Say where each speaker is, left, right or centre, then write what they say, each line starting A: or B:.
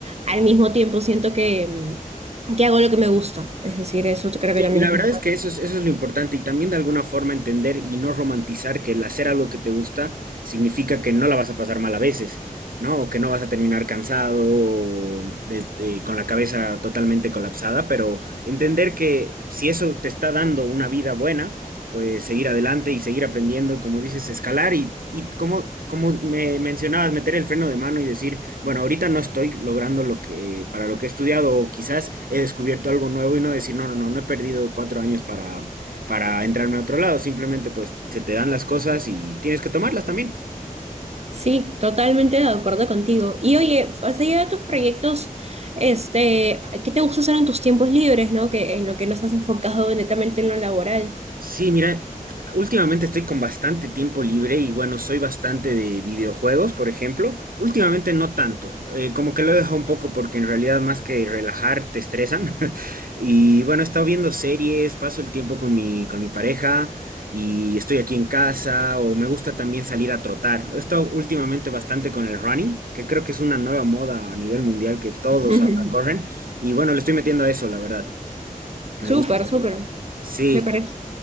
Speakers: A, on the right (about 45°); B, on the right (about 80°).
A: al mismo tiempo siento que, mm, que hago lo que me gusta. Es decir, eso creo
B: Sí,
A: que también
B: la
A: es
B: verdad
A: muy
B: es
A: válido.
B: que eso es, eso es lo importante y también de alguna forma entender y no romantizar que el hacer algo que te gusta significa que no la vas a pasar mal a veces, ¿no? O que no vas a terminar cansado o de- de- con la cabeza totalmente colapsada, pero entender que si eso te está dando una vida buena, pues seguir adelante y seguir aprendiendo, y como dices, escalar y, y como, como me mencionabas, meter el freno de mano y decir, bueno, ahorita no estoy logrando lo que, para lo que he estudiado o quizás he descubierto algo nuevo y no decir, no, no, no, no he perdido cuatro años para, para entrarme a otro lado, simplemente pues se te dan las cosas y tienes que tomarlas también.
A: Sí, totalmente de acuerdo contigo. Y oye, más allá de tus proyectos, este, ¿qué te gusta hacer en tus tiempos libres, no? Que en lo que no estás enfocado netamente en lo laboral.
B: Sí, mira, últimamente estoy con bastante tiempo libre y bueno, soy bastante de videojuegos, por ejemplo. Últimamente no tanto, eh, como que lo he dejado un poco porque en realidad más que relajar te estresan. <laughs> Y bueno, he estado viendo series, paso el tiempo con mi, con mi pareja y estoy aquí en casa o me gusta también salir a trotar. He estado últimamente bastante con el running, que creo que es una nueva moda a nivel mundial que todos
A: <laughs>
B: ahora corren. Y bueno, le estoy metiendo a eso, la verdad. Me
A: Súper,
B: gusta.
A: súper,
B: Sí,
A: me parece.